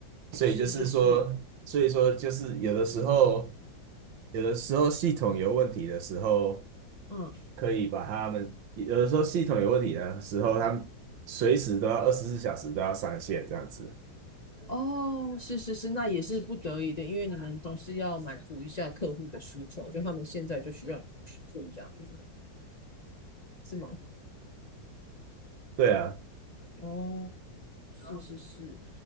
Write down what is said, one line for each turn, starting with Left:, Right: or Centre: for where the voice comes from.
Right: 所以就是说，
Left: 是是是，
Right: 所以说就是有的时候，有的时候系统有问题的时候，
Left: 嗯。
Right: 可以把他们，有的时候系统有问题的时候，他们随时都要二十四小时都要上线这样子。
Left: 哦，是是是，那也是不得已的，因为你们总是要满足一下客户的需求，就他们现在就需要你们去做这样子，是吗？
Right: 对啊，
Left: 哦，是是是，